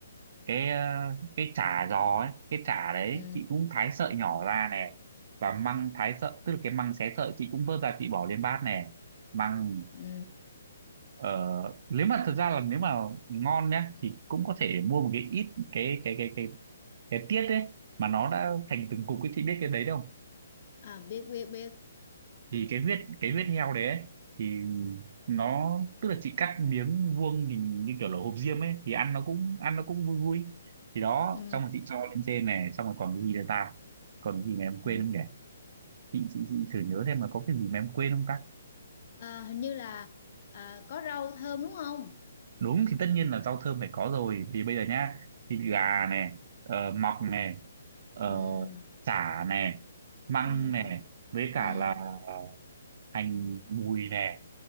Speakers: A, on the right; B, on the left.
A: cái ờ, cái chả giò ấy cái chả đấy
B: ừ
A: chị cũng thái sợi nhỏ ra này và măng thái sợi tức là cái măng xé sợi chị cũng vớt ra chị bỏ lên bát này măng
B: ừ
A: Ờ, nếu mà thật ra là nếu mà ngon nhá thì cũng có thể mua một cái ít cái cái cái cái cái tiết đấy mà nó đã thành từng cục ấy chị biết cái đấy đâu
B: à biết biết biết
A: thì cái huyết cái huyết heo đấy ấy, thì nó tức là chị cắt miếng vuông hình như kiểu là hộp diêm ấy thì ăn nó cũng ăn nó cũng vui vui thì đó
B: ừ
A: xong rồi chị cho lên trên này xong rồi còn cái gì nữa ta còn cái gì mà em quên
B: ừ
A: không nhỉ chị chị chị
B: ừ.
A: thử nhớ xem là có cái gì mà em quên không ta
B: à, hình như là à, có rau thơm đúng không
A: đúng thì tất nhiên là rau thơm phải có rồi vì bây giờ nhá thịt gà này ờ, mọc này ờ,
B: ừ
A: chả này măng
B: ừ
A: này với cả
B: ừ
A: là ờ, hành mùi nè